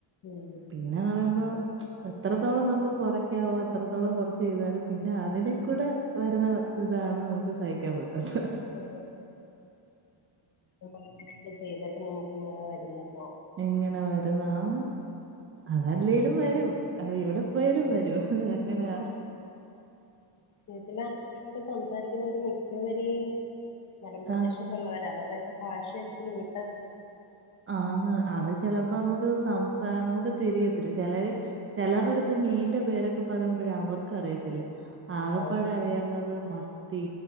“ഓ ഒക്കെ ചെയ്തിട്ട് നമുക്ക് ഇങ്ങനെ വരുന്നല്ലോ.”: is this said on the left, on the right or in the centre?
Left